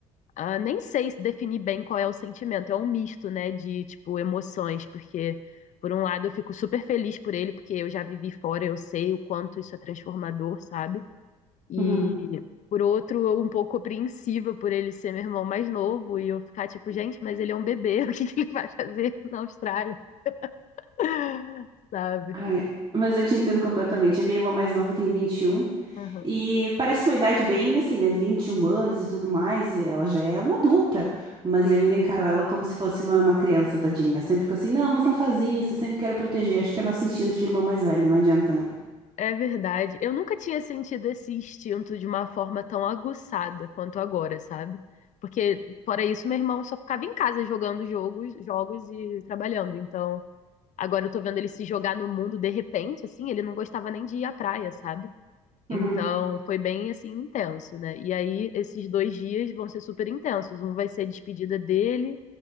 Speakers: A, on the left; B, on the right.
A: ah, nem sei se definir bem qual é o sentimento, é um misto, né, de, tipo, emoções, porque, por um lado, eu fico super feliz por ele, porque eu já vivi fora, eu sei o quanto isso é transformador, sabe? E,
B: uhum.
A: por outro, eu um pouco apreensiva por ele ser meu irmão mais novo, e eu ficar tipo, gente, mas ele é um bebê, <laughs> o que que ele vai fazer na Austrália? <laughs> Sabe?
B: Ah, é. Mas eu te entendo completamente. A minha irmã mais nova tem vinte e um
A: Aham,
B: e parece uma idade bem assim, né? 21 anos e tudo mais. E ela já é uma adulta, mas
A: Sim,
B: eu ainda encaro ela como se fosse uma, uma criança, tadinha. Eu sempre fico assim, não, mas não faz isso. Eu sempre quero proteger. Acho que é nosso instinto de irmã mais velha, não adianta, né?
A: é verdade. Eu nunca tinha sentido esse instinto de uma forma tão aguçada quanto agora, sabe? Porque, fora isso, meu irmão só ficava em casa jogando jogos, jogos e trabalhando. Então, agora eu tô vendo ele se jogar no mundo de repente, assim, ele não gostava nem de ir à praia, sabe? Então,
B: Uhum,
A: foi bem assim intenso, né? E aí, esses dois dias vão ser super intensos. Um vai ser a despedida dele